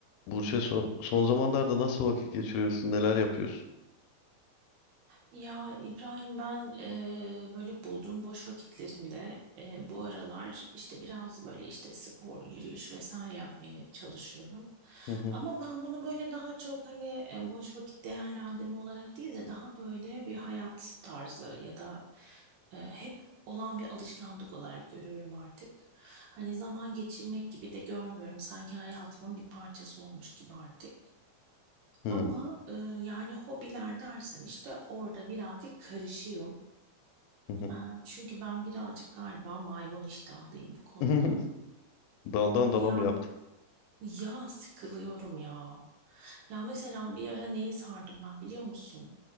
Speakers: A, on the left; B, on the right.
A: Burç'e son, son zamanlarda nasıl vakit geçiriyorsun? Neler yapıyorsun?
B: Ya İbrahim ben e, böyle bulduğum boş vakitlerimde e, bu aralar işte biraz böyle işte spor, yürüyüş vesaire yapmaya çalışıyorum.
A: Hı hı.
B: Ama ben bunu böyle daha çok hani e, boş vakit değerlendirme olarak değil de daha böyle bir hayat tarzı ya da e, hep olan bir alışkanlık olarak görüyorum artık. Hani zaman geçirmek gibi de görmüyorum. Sanki hayatımın bir parçası olmuş gibi artık.
A: Hı
B: Ama e, yani hobiler dersen işte orada birazcık karışığım.
A: hı. hı.
B: E, çünkü ben birazcık galiba maymun iştahlıyım bu konuda.
A: <laughs> Daldan
B: Ya
A: dala mı yaptım?
B: ya sıkılıyorum ya. Ya mesela bir ara neye sardım ben biliyor musun?